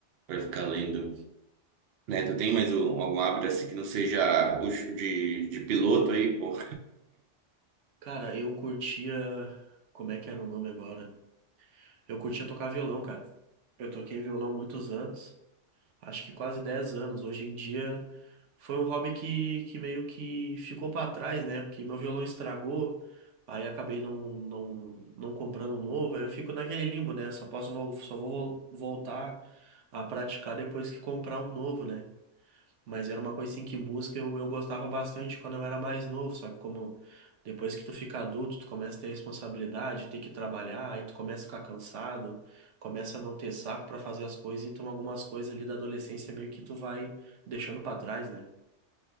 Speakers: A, on the right (about 65°); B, on the right (about 80°).
A: para ficar lendo, né? Tu tem mais um- algum hábito assim que não seja o ch- de, de piloto aí, pô?
B: Cara, eu curtia. Como é que era o nome agora? Eu curtia tocar violão, cara. Eu toquei violão muitos anos, acho que quase 10 anos. Hoje em dia foi um hobby que, que meio que ficou pra trás, né? Porque meu violão estragou, aí acabei não, não, não comprando um novo, aí eu fico naquele limbo, né? Só posso, vol- só vou vol- voltar a praticar depois que comprar um novo, né? Mas era uma coisa assim que música eu, eu gostava bastante quando eu era mais novo, só que como depois que tu fica adulto, tu começa a ter responsabilidade, ter que trabalhar, aí tu começa a ficar cansado, começa a não ter saco pra fazer as coisas, então algumas coisas ali da adolescência meio que tu vai deixando pra trás, né?